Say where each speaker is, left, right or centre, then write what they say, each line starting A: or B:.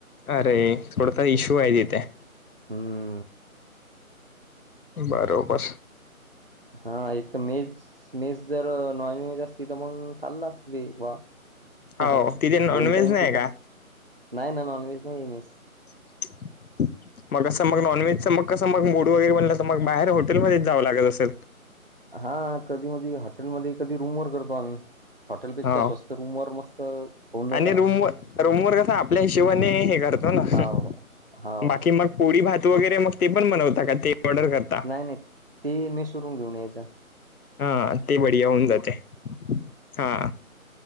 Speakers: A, on the left; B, on the right.
A: अरे सोडता इश्यू हाय ती ते.
B: हम्.
A: बरोबर.
B: हा इथ मेज मेज जर नॉन वज असती तर मग आला देवा
A: हो
B: हा हा
A: तिथे नॉनव्हेज
B: दोन टाईम
A: नाही
B: चिका.
A: का
B: नाही ना नॉन व्हेज नाही मस.
A: <inaudible> मग असं मग नॉनव्हेजचं मग कस मग मूड वगैरे बनलं तर मग बाहेर हॉटेलमध्येच जावं लागत असेल.
B: हा कधी मध हॉटेलमध्ये कधी रूम वर करतो आम्ही हॉटेलपेक्षा
A: हो
B: स्वस्त रूम वर मस्त होऊन
A: आणि
B: जात
A: रूमवर
B: ना.
A: रूमवर कसं आपल्या हिशोबाने हे करतो ना
B: हो हो.
A: बाकी मग पोळी भात वगैरे मग ते पण बनवतात का ते ऑर्डर करत.
B: नाही नाही ते मेस शोरूम घेऊन यायच.
A: हा ते बढिया होऊन जाते हा.